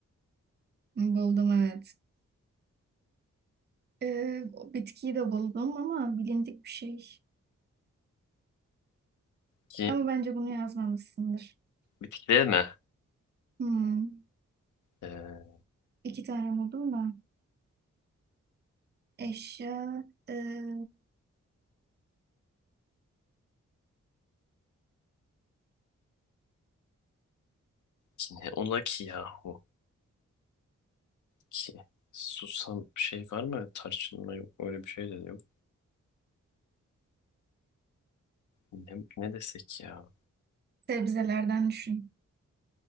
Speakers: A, on the right (about 35°); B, on the left (about 75°).
A: Buldum evet. Ee, o bitkiyi de buldum ama bilindik bir şey.
B: Bitki,
A: Ama bence bunu yazmamışsındır.
B: bitkiler mi?
A: Hmm.
B: Ee,
A: İki tane buldum da. Eşya, ee,
B: Ki ne ola ki yahu ki susam şey var mı tarçınma yok öyle bir şey de yok ne, ne desek ya
A: sebzelerden düşün.